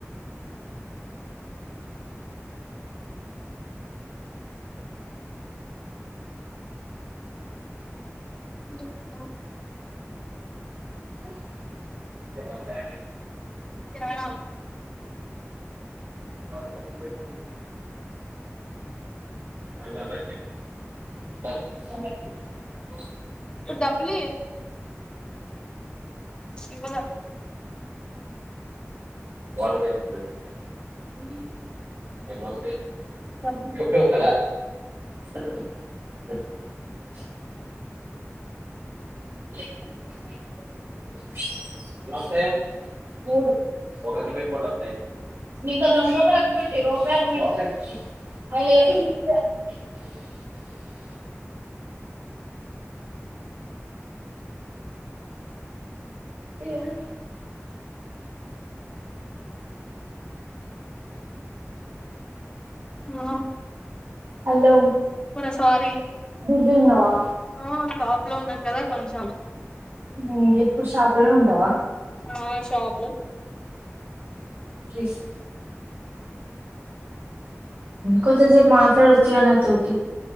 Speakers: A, on the left; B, on the right.
A: య
B: వో రెండు వందల ల్యాండింగ్
A: కిరణ అవదు
B: మరత పిన్ పెట్టుకుంటున్నావా అది కనపట్లేదు త అదే ఓ
A: డబ్బులులి ఇవ్వలే
B: <inaudible>
A: ఆ
B: <inaudible> వేలు
A: నా
B: హలో
A: సారీ
B: జీ ఉన్నావా
A: ఆ షాప్ లో ఉన్నా కదా కొంచెం
B: <inaudible> ఇప్పుడు షాపులో ఉంటావా
A: ఆ షాపులు
B: త్రీస్ కొంచెంసేపు మాట్లాడొచ్చగా నా తోటి